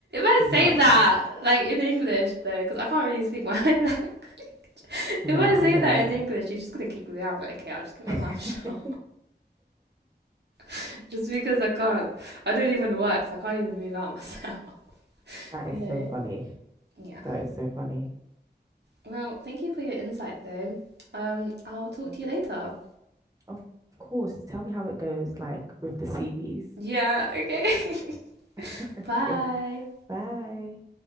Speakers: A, on the right; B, on the right.
A: I
B: No,
A: say that like in English though, because I can't really speak my own language. <laughs>
B: no,
A: If I
B: I
A: say
B: get
A: that in
B: it.
A: English, you're just gonna kick me out. I'm like, okay, I'll just keep my
B: <laughs>
A: mouth shut. <laughs> just because I can't, I don't even work, so I can't even move out myself. <laughs>
B: That
A: you
B: is
A: know?
B: so funny.
A: Yeah.
B: That is so funny.
A: Well, thank you for your insight though. Um, I'll
B: Wow.
A: talk to you later.
B: Of of course. Tell me how it goes, like with the CVs.
A: Yeah. Okay.
B: <laughs>
A: <laughs> Bye.
B: Okay. Bye.